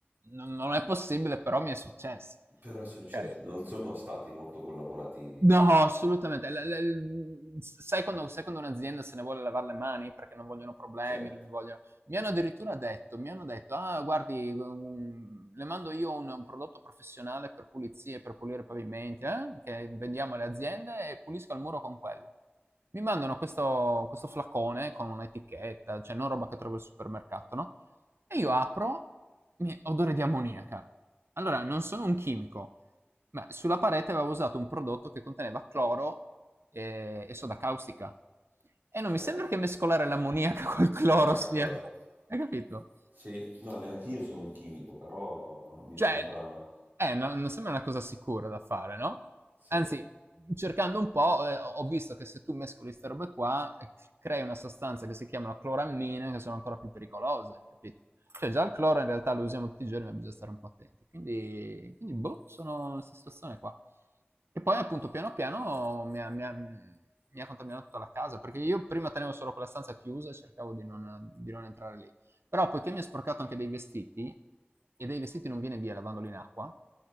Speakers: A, on the right (about 85°); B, on the right (about 55°).
A: "Non non è possibile, però mi è successo".
B: però è successo.
A: Okay. Okay.
B: Non sono stati molto collaborativi.
A: No, assolutamente. La la l s sai quando sai quando un'azienda se ne vuole lavar le mani perché non vogliono problemi,
B: Certo,
A: non vogliono mi hanno addirittura detto mi hanno detto: "Ah guardi, uhm, le mando io un un prodotto professionale per pulizie, per pulire i pavimenti, eh, che vendiamo alle aziende e pulisco il muro con quello." Mi mandano questo questo flacone con un'etichetta, cioè non roba che trovi al supermercato, no, e io apro, mi- odore di ammoniaca. Allora, non sono un chimico, ma sulla parete avevo usato un prodotto che conteneva cloro eh, e, soda caustica. E non
B: certo.
A: mi sembra che mescolare l'ammoniaca <laughs> col cloro
B: Mi ha calcolato.
A: sia... Hai capito?
B: Sì, no, neanche io sono un chimico, però mi
A: Cioè,
B: sembra...
A: Eh, no- non sembra una cosa sicura da fare, no?
B: Sì.
A: Anzi, cercando un po', eh, ho ho visto che se tu mescoli queste robe qua, eh, crei una sostanza che si chiamano clorammine, che sono ancora più pericolose, capito? Cioè, già il cloro in realtà lo usiamo tutti i giorni, ma bisogna stare un po' attenti. Quindi, quindi boh, sono in questa situazione qua. E poi, appunto, piano piano mi ha, mi ha- mi ha contaminato tutta la casa, perché io prima tenevo solo quella stanza chiusa e cercavo di non, di non entrare lì. Però poiché mi ha sporcato anche dei vestiti, e dai vestiti non viene via lavandoli in acqua,